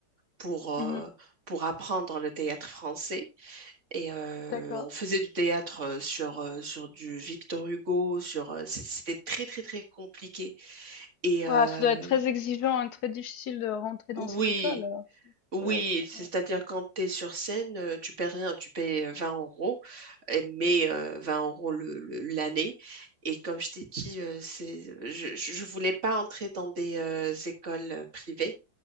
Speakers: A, on the right (about 45°); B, on the left (about 70°).
A: pour euh,
B: mhm,
A: pour apprendre le théâtre français. Et euh,
B: d'accord.
A: on faisait du théâtre euh, sur euh, sur du Victor Hugo. Sur euh, c- c'était très très très compliqué. Et
B: Ouah,
A: euh,
B: ça doit être très exigeant et très difficile de rentrer dans
A: oui.
B: cette école, alors.
A: Oui,
B: Ça doit être-
A: c'est-à-dire
B: ouais.
A: quand tu es sur scène, euh, tu paies rien, tu payes euh, 20 euros, et- mais euh, 20 euros le- le- l'année. Et comme je t'ai dit, euh, c'est, je, je je voulais pas entrer dans des euh, écoles euh, privées.